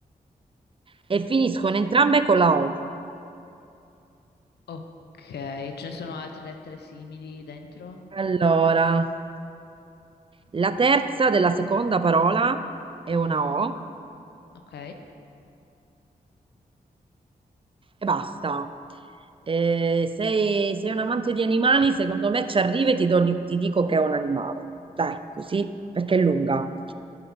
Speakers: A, on the right; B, on the left.
A: e finiscono entrambe con la O.
B: ok. Ce ne sono altre lettere simili dentro?
A: Allora, la terza della seconda parola è
B: Mhm,
A: una O
B: Ok.
A: e basta. Eh, sei, sei un amante di animali,
B: Ok.
A: secondo me ci arrivi e ti, do- ti dico che è un animale. Dai, così, perché è lunga.